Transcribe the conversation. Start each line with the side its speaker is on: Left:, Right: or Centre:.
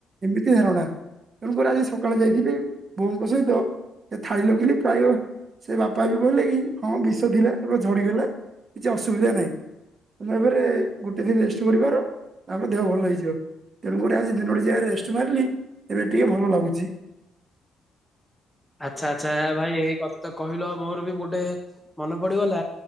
Right: ଏମିତି ଧାରଣା ତେଣୁକରି ଆଜି ସକାଳେ ଯାଇ ଥିଲି ବୋଉଙ୍କ ସହିତ ଥାଳି ଲଗେଇଲି ପ୍ରାୟ ସେ ବାପା ବି କହିଲେ କି ହଁ ବିଷ ଥିଲା ଏବେ କୁ ଝଡିଗଲା କିଛି ଅସୁବିଧା ନାହିଁ। ତମେ ଏବେରେ ଗୋଟେ ଦିନ ରେଷ୍ଟ କରିବାର ତାପରେ ଦେହ ଭଲ ହେଇଯିବ। ତେଣୁକରି ଆଜି ଦିନଟି ଯାକ ରେଷ୍ଟ ମାରିଲି ଏବେ ଟିକେ ଭଲ ଲାଗୁଚି।
Centre: ଆଚ୍ଛା ଆଚ୍ଛା ଏ ଭାଇ ଏଇ କଥା ତ କହିଲ ମୋର ବି ଗୋଟେ ମନେ ପଡିଗଲା।